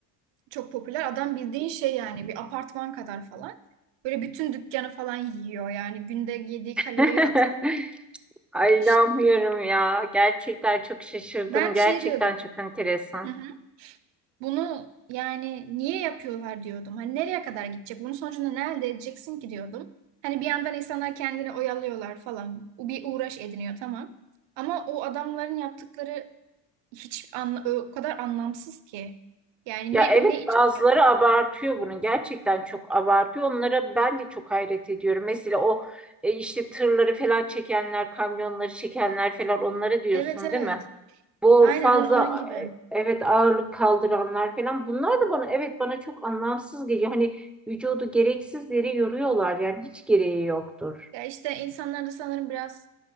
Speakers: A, on the right; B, in the centre.
A: çok popüler. Adam bildiğin şey yani bir apartman kadar falan. Böyle bütün dükkanı falan yiyor yani günde yediği
B: <laughs>
A: kaloriyi hat.
B: Ay
A: Şimdi
B: inanmıyorum ya. Gerçekten çok şaşırdım.
A: ben
B: Gerçekten
A: şey diyordum.
B: çok enteresan.
A: Hı hı. Bunu yani niye yapıyorlar diyordum. Hani nereye kadar gidecek? Bunun sonucunda ne elde edeceksin ki diyordum. Hani bir yandan insanlar kendini oyalıyorlar falan. Bir uğraş ediniyor tamam. Ama o adamların yaptıkları hiç anla- o kadar anlamsız ki. Yani
B: Ya
A: ne
B: evet
A: ne için
B: bazıları
A: yapıyor?
B: abartıyor bunu. Gerçekten çok abartıyor. Onlara ben de çok hayret ediyorum. Mesela o e, işte tırları falan çekenler, kamyonları çekenler falan onlara diyorsun
A: Evet evet.
B: değil mi? Bu
A: Aynen
B: fazla
A: on, onun gibi.
B: e, evet ağırlık kaldıranlar falan. Bunlar da bana evet bana çok anlamsız geliyor. Hani vücudu gereksiz yere yoruyorlar. Yani hiç gereği yoktur.
A: Ya işte insanlarda sanırım biraz